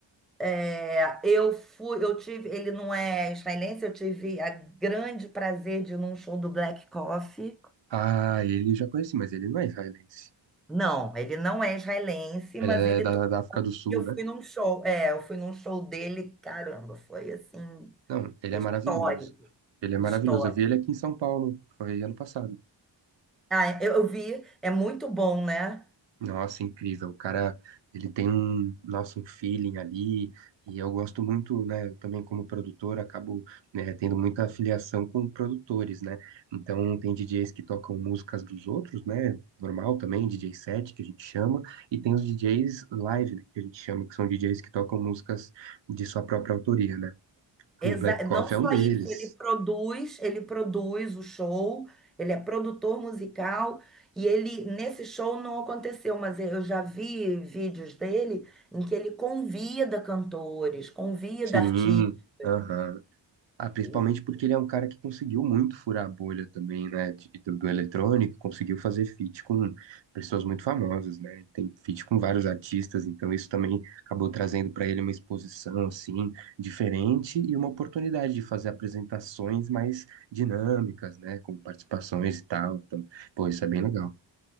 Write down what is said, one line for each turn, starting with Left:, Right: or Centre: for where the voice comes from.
Centre: é, eu fui, eu tive, ele não é israelense, eu tive a grande prazer de ir num show do Black Coffee.
Right: Ah, ele eu já conheci, mas ele não é israelense.
Centre: Não, ele não é israelense, mas
Right: Ele é
Centre: ele
Right: da,
Centre: tocou,
Right: da África do Sul,
Centre: eu
Right: né?
Centre: fui num show, é, eu fui num show dele, caramba, foi assim,
Right: Não, ele
Centre: histórico,
Right: é maravilhoso. Ele é maravilhoso.
Centre: histórico.
Right: Eu vi ele aqui em São Paulo, foi ano passado.
Centre: Ah, eu eu vi, é muito bom, né?
Right: Nossa, incrível. O cara, ele tem um, nossa, um feeling ali, e eu gosto muito, né? Eu também, como produtor, acabo, né, tendo muita afiliação com produtores, né? Então, tem DJs que tocam músicas dos outros, né? Normal também, DJ set, que a gente chama, e tem os DJs live, né, que a gente chama, que são DJs que tocam músicas de sua própria autoria, né?
Centre: Exa-
Right: E o Black Coffee
Centre: Não só
Right: é um deles.
Centre: isso, ele produz, ele produz o show, ele é produtor musical e ele nesse show não aconteceu, mas eu já vi vídeos dele em que ele convida cantores, convida
Right: Sim,
Centre: artistas.
Right: aham. Ah, principalmente
Centre: E
Right: porque ele é um cara que conseguiu muito furar a bolha também, né? de- do, do eletrônico, conseguiu fazer feat com pessoas muito famosas, né? Ele tem feat com vários artistas, então isso também acabou trazendo para ele uma exposição, assim, diferente e uma oportunidade de fazer apresentações mais dinâmicas, né? Com participações e tal. Então, pô, isso é bem legal.